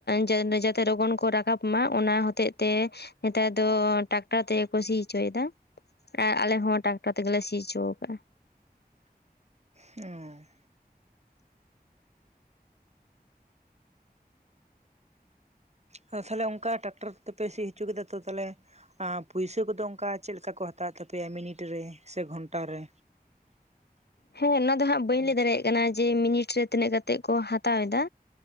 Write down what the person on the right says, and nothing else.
ᱦᱩᱸ᱾ ᱟᱫᱚ ᱛᱟᱦᱞᱮ ᱚᱱᱠᱟ ᱴᱟᱠᱴᱚᱨ ᱠᱚ ᱛᱮᱯᱮ ᱥᱤ ᱦᱚᱪᱩ ᱠᱮᱫᱟ ᱛᱚ ᱛᱟᱦᱞᱮ᱾ ᱟᱸ ᱯᱩᱭᱥᱟᱹ ᱠᱚᱫᱚ ᱚᱱᱠᱟ ᱪᱮᱜ ᱞᱮᱠᱟ ᱠᱚ ᱦᱟᱛᱟᱣᱮᱫ ᱛᱟᱯᱮᱭᱟ ᱢᱤᱱᱤᱴ ᱨᱮ ᱥᱮ ᱜᱷᱚᱱᱴᱟ ᱨᱮ᱾